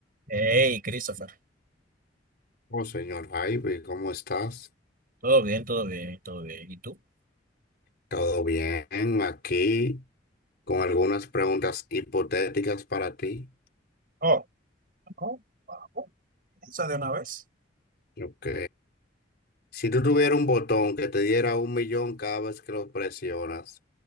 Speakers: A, on the right; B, on the left.
A: Hey, Christopher.
B: Oh, señor Jaime, ¿cómo estás?
A: Todo bien, todo bien, todo bien. ¿Y tú? <laughs>
B: ¿Todo bien? Aquí con algunas preguntas hipotéticas para ti.
A: Oh, no, vamos, piensa de una vez.
B: Ok. Si tú tuvieras un botón que te diera un millón cada vez que lo presionas,